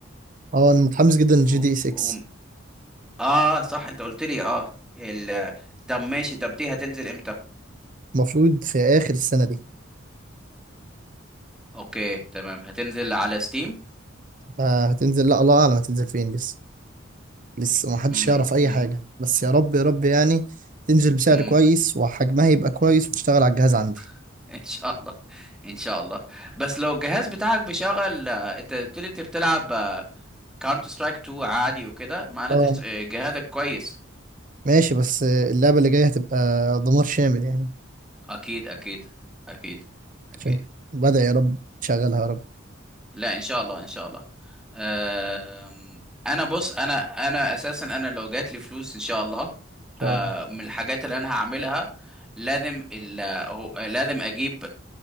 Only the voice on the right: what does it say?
اه انا متحمس جدا للجي
دي اي 6
المفروض في اخر السنة دي
آه، هتنزل لا الله اعلم هتنزل فين لسه لسه ما حدش
يعرف اي
حاجة بس يا رب يا رب يعني تنزل بسعر
كويس وحجمها يبقى كويس وتشتغل على الجهاز عندي
اه
ماشي بس اللعبة اللي جاية هتبقى دمار شامل يعني
عشان بدأ يا رب تشغلها يا رب
ان شاء
الله